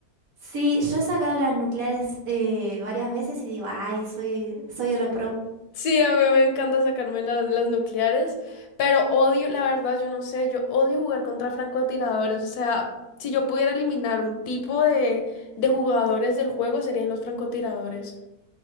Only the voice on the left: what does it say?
Sí, a mí me encanta sacarme las, las nucleares, pero odio, la verdad, yo no sé, yo odio jugar contra francotiradores. O sea, si yo pudiera eliminar un tipo de, de jugadores del juego, serían los francotiradores.